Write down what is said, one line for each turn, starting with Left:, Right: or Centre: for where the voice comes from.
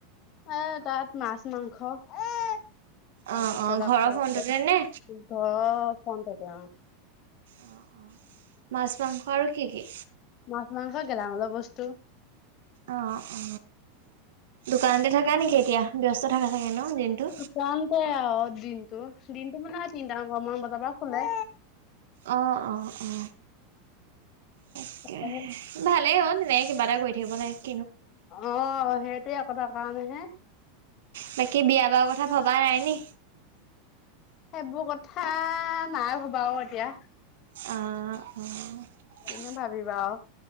Left: আহ তাত মাছ মাংস। তাৰ
Right: অ
Left: পিছত
Right: অ ঘৰৰ
Left: ঘৰত।
Right: ফোনটোতে নে?
Left: আহ ফোনটোতে অ।
Right: অ অ মাছ, মাংস আৰু কি কি?
Left: মাছ মাংস গেলামালৰ বস্তু।
Right: অ অ দোকানতে থকা নেকি এতিয়া ব্যস্ত থকা চাগে ন। দিনটো?
Left: দোকানতে আৰু দিনটো দিনটো মানে তিনটা মান বজাৰ পৰা খোলে।
Right: অহ অ অহ। তাকে
Left: অ
Right: ভালে অ তেনে কিবা এটা কৰি থাকিব লাগিব।
Left: অ সেইটোৱে কথা কাৰণেহে
Right: বাকী বিয়া বাৰু কথা ভবা নাই নি।
Left: সেইবোৰ কথা নাই ভবা অ এতিয়া।
Right: অহ অহ।
Left: তুমি ভাবিবা।